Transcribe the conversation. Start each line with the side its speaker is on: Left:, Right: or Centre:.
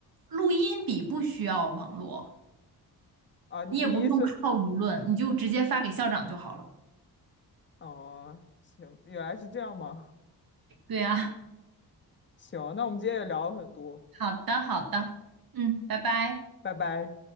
Right: 录音笔不需要网络，
Left: 啊，你你意思？
Right: 你也不用靠舆论，你就直接发给校长就好了。
Left: 哦，行，原来是这样吗？
Right: 对呀，
Left: 行，那我们今天也聊了很多，
Right: 好的，好的，嗯，拜拜。
Left: 拜拜。